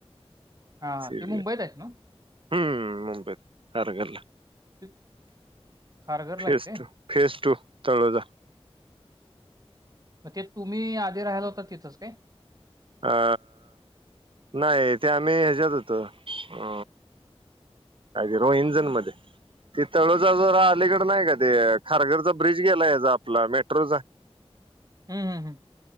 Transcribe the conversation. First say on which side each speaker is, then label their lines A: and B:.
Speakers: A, on the right; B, on the right.
A: हा
B: सीरियल.
A: <inaudible>
B: हम्म. मुंबईत खारघरला,
A: ते खारघरला
B: फेस
A: आहेत ते
B: टू फेस टू, तळोजा.
A: मग ते तुम्ही आधी राहियला होता, तिथंच काय?
B: अ नाही, ते आम्ही ह्याच्यात होतो. अ आगहोइंजन मध्ये. ते तळोज जो अलीकड नाही का, ते खारघरचा ब्रिज गेला याचा आपला मेट्रोचा.
A: हम्म.. हम्म.. हम्म.